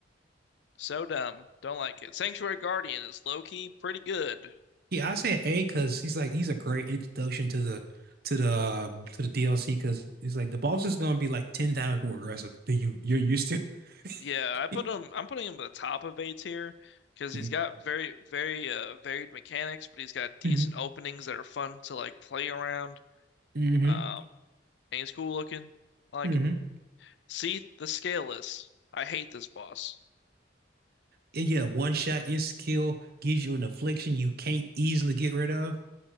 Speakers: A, on the left; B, on the right.
A: So dumb. Don't like it. Sanctuary Guardian is low key pretty good.
B: Yeah, I said A because he's like he's a great introduction to the to the uh, to the DLC because he's like the boss is gonna be like ten times more aggressive than you you're used to.
A: Yeah,
B: <laughs>
A: I put him. I'm putting him at the top of A tier because
B: Yeah.
A: he's got very, very uh, varied mechanics, but he's got decent
B: hmm
A: openings that are fun to like play around.
B: hmm
A: Um, and he's cool looking. I like
B: hmm
A: him. See the Scaleless. I hate this boss.
B: Yeah, yeah, one shot insta kill gives you an affliction you can't easily get rid of.